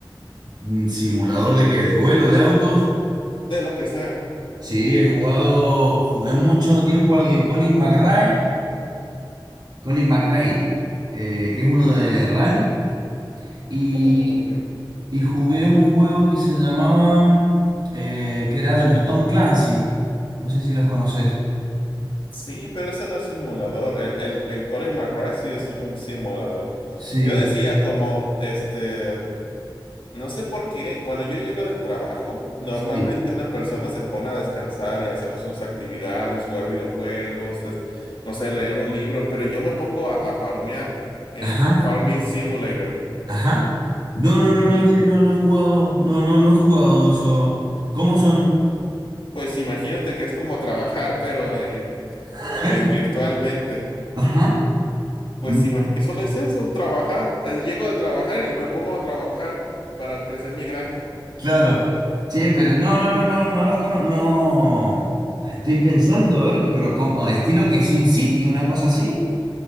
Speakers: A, on the right; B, on the left.
A: Mm, ¿Simulador de que ¿De vuelo? ¿De autos?
B: De lo que sea.
A: Sí, he jugado, jugué mucho tiempo al Colin McRae, Colin McRae, eh, que es uno de rally, y,
B: Oh, ok.
A: y jugué un juego que se llamaba, eh, que era de los Tom Clancy, no sé si los conoces.
B: Sí, pero ese no es simulador. El, el, el Colin McRae sí es un simulador.
A: Sí,
B: Yo decía como, este. No sé por qué, bueno, yo llego del trabajo, normalmente
A: sí.
B: una persona se pone a descansar y a hacer sus actividades, jugar videojuegos, des- no sé, leer un libro, pero yo me pongo a, a farmear en
A: Ajá.
B: Farming Simulator.
A: Ajá. No, no, no,
B: Y
A: no, che, no, no he jugado. No, no, no he jugado eso. ¿Cómo son?
B: pues imagínate que es como trabajar, pero en,
A: <laughs>
B: eh, virtualmente.
A: Ajá.
B: Pues
A: Mm,
B: imag- que solo es eso, trabajar. Eh, Llego de trabajar y me pongo a trabajar para crecer mi granja.
A: Claro. Che, pero no, no, no, no, no los conozco. No. Estoy pensando, a ver, que, pero como, ah, estilo que SimCity, una cosa así.